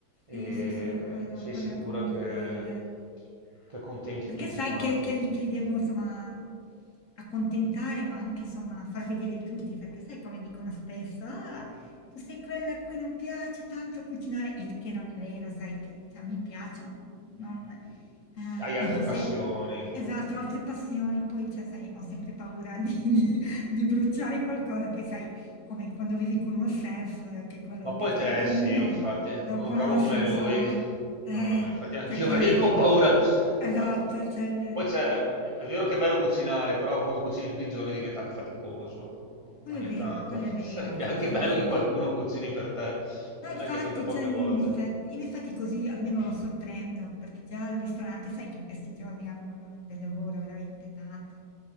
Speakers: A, on the right; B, on the left.
A: e
B: Sì, sì, sì, quello
A: sei
B: quello
A: sicura
B: è comunque
A: che,
B: il
A: che accontenti
B: perché
A: tutti
B: sai
A: quanti.
B: che che li che li devo insomma accontentare, ma anche insomma far vedere tutti, perché sai come dicono spesso: "Ah, tu sei quella a cui non piace tanto cucinare", il che non è vero, sai che cioè mi piace, ma non non ehm,
A: Hai
B: ma
A: altre
B: forse
A: passioni,
B: esatto, ho altre passioni, poi cioè sai, ho sempre paura di di di bruciare qualcosa, poi sai, come quando vivi con uno chef eh, che quello
A: Ma
B: è
A: poi
B: quello perfettino,
A: te, eh sì, infatti,
B: lo
A: con uno
B: conosci,
A: bravo come
B: insomma.
A: lui,
B: Eh,
A: no, no, ma infatti anch'io
B: c'è quello
A: avrei
B: po-
A: un po' paura.
B: Esatto,
A: Ma
B: c'è il...
A: poi c'è, è vero che è bello cucinare, però quando cucini tutti i giorni diventa anche faticoso.
B: Quello
A: Ogni
B: è vero,
A: tanto
B: quello è
A: <laughs>
B: vero,
A: sarebbe
B: cioè,
A: anche
B: sì,
A: bello
B: sì,
A: che qualcuno
B: sì.
A: cucini per te.
B: No,
A: A
B: infatti,
A: me capita poche
B: cioè, in
A: volte.
B: in effetti, in effetti così almeno lo sorprendo, perché già al ristorante, sai che in questi giorni hanno, hanno del lavoro veramente tanto.